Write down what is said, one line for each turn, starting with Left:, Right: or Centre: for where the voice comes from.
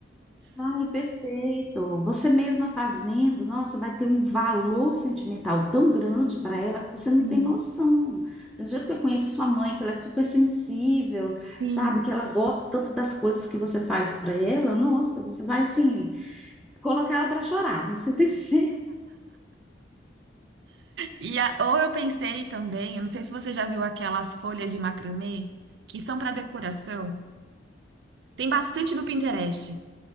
Centre: Ai, perfeito. Você mesma fazendo, nossa, vai ter um valor sentimental tão grande para ela que você não
Right: Sim,
Centre: tem noção. Assim, Do jeito que eu conheço sua mãe, que ela é super sensível,
Right: sim.
Centre: sabe? Que ela gosta tanto das coisas que você faz para ela, nossa, você vai assim, colocar ela para chorar, você <laughs> tem certeza.
Right: E a- ou eu pensei também, eu não sei se você já viu aquelas folhas de macramê que são para decoração. Tem bastante no Pinterest.